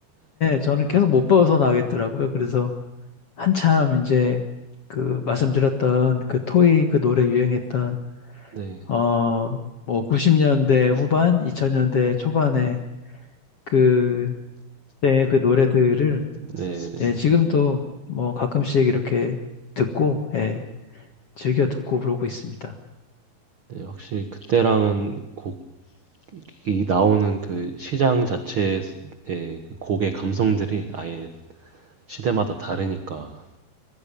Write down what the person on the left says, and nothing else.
저는 계속 못 벗어나겠더라고요. 그래서 한참 이제 그 말씀드렸던 그 토이 그 노래 유행했던
어 뭐 90년대 후반, 2000년대 초반에 그때 그 노래들을
예, 지금도 뭐 가끔씩 이렇게 듣고 예, 즐겨 듣고 그러고 있습니다.